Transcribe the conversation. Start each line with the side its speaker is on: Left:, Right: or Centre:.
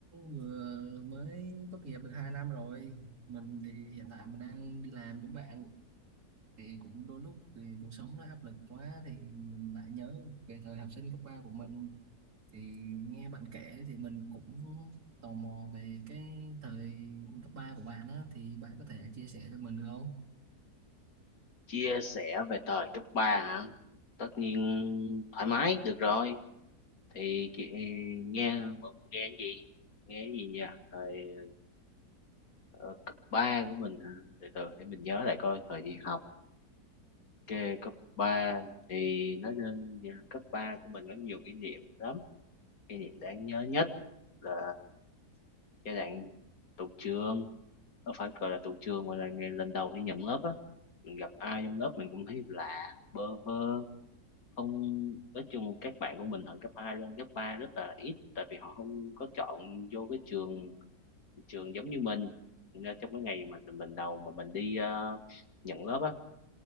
Right: vừa mới tốt nghiệp được 2 năm rồi mình thì hiện tại mình đang đi làm giống bạn thì cũng đôi lúc thì cuộc sống nó áp lực quá thì mình lại nhớ về thời học sinh cấp 3 của mình thì nghe bạn kể thì mình cũng tò mò về cái thời cấp 3 của bạn á thì bạn có thể chia sẻ cho mình được không?
Left: chia sẻ về thời cấp 3 hả tất nhiên thoải mái được rồi thì chị nghe vẫn nghe cái gì nghe cái gì nhỉ thời ờ, cấp 3 của mình hả từ từ để mình nhớ lại coi thời đi học cái cấp ba thì nó đơn- cấp 3 của mình có nhiều kỷ niệm lắm kỷ niệm đáng nhớ nhất là giai đoạn tụt trường nó phải gọi là tụt trường mà là ngày lần đầu đi nhận lớp á mình gặp ai trong lớp mình cũng thấy lạ bơ vơ không nói chung các bạn của mình hồi cấp 2 lên cấp 3 rất là ít tại vì họ không có chọn vô cái trường trường giống như mình nên trong cái ngày mà mình đầu mà mình đi ờ, nhận lớp á